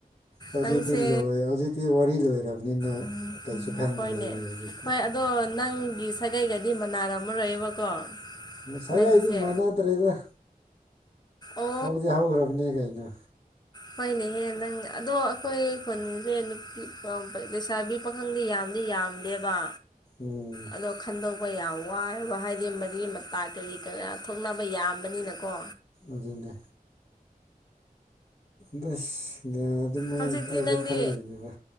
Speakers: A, on the left; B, on the left.
A: ꯍꯧꯖꯤꯛꯇꯤ
B: ꯅꯪꯁꯦ
A: ꯂꯣꯏ ꯍꯧꯖꯤꯛꯇꯤ ꯋꯥꯔꯤ ꯂꯣꯏꯔꯕꯅꯤꯅ
B: ꯎꯝ
A: ꯀꯩꯁꯨ ꯈꯟꯗ꯭ꯔꯦ
B: ꯍꯣꯏꯅꯦ
A: ꯑꯩ ꯍꯧꯖꯤꯛꯇꯤ
B: ꯍꯣꯏ ꯑꯗꯣ ꯅꯪꯒꯤ ꯁꯥꯒꯩꯒꯗꯤ ꯃꯅꯥꯔꯝꯃꯔꯣꯏꯕꯀꯣ
A: ꯁꯒꯩꯗꯤ
B: ꯅꯪꯒꯤꯁꯦ
A: ꯃꯅꯥꯗ꯭ꯔꯦꯗ
B: ꯑꯣ
A: ꯍꯧꯗꯤ ꯍꯧꯒ꯭ꯔꯕꯅꯦ ꯒꯩꯅꯣ꯫
B: ꯍꯣꯏꯅꯦꯍꯦ ꯅꯪ ꯑꯗꯣ ꯑꯩꯈꯣꯏ ꯈꯨꯟꯁꯦ ꯅꯨꯞꯄꯤ ꯂꯩꯁꯥꯕꯤ ꯄꯥꯈꯪꯗꯤ ꯌꯥꯝ ꯗꯤꯌꯥꯝꯗꯦꯕ
A: ꯎꯝ
B: ꯑꯗꯣ ꯈꯟꯗꯣꯛ ꯕ ꯌꯥꯝ ꯋꯥꯏꯑꯦꯕ ꯍꯥꯏꯗꯤ ꯃꯔꯤ ꯃꯇꯥ ꯀꯔꯤ ꯀꯌꯥꯥ ꯊꯣꯛꯅꯕ ꯌꯥꯝꯕꯅꯤꯅꯀꯣ꯫
A: ꯑꯗꯨꯅꯦ꯫ ꯗꯁ ꯅꯥ ꯑꯗꯨꯃꯥꯏꯅ
B: ꯍꯧꯖꯤꯛꯇꯤ
A: ꯑꯩꯖꯨ
B: ꯅꯪꯗꯤ
A: ꯈꯜꯂꯤꯕꯅꯦꯕ꯫